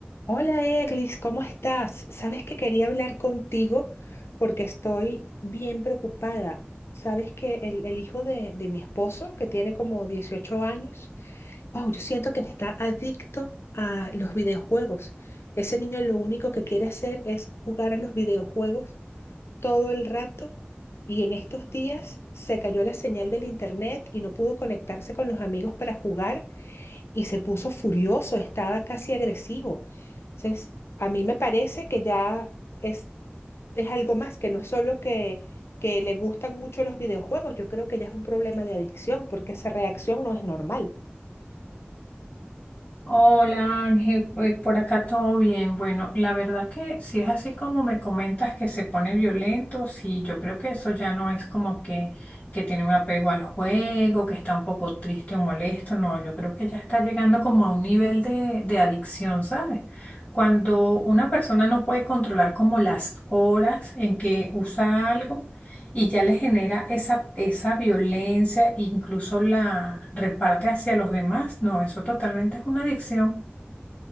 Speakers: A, on the left; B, on the left.
A: Hola Eglis, ¿cómo estás? Sabes que quería hablar contigo porque estoy bien preocupada. Sabes que el, el hijo de, de mi esposo, que tiene como 18 años, wow, yo siento que está adicto a los videojuegos. Ese niño lo único que quiere hacer es jugar a los videojuegos todo el rato y en estos días se cayó la señal del internet y no pudo conectarse con los amigos para jugar y se puso furioso, estaba casi agresivo. Entonces, a mí me parece que ya es, es algo más, que no es solo que, que le gustan mucho los videojuegos, yo creo que ya es un problema de adicción, porque esa reacción no es normal.
B: Hola Ángel, pues, por acá todo bien. Bueno, la verdad que si es así como me comentas que se pone violento, sí, yo creo que eso ya no es como que, que tiene un apego al juego, que está un poco triste o molesto, no, yo creo que ya está llegando como a un nivel de, de adicción, ¿sabes? Cuando una persona no puede controlar como las horas en que usa algo y ya le genera esa, esa violencia, incluso la reparte hacia los demás. No, eso totalmente es una adicción.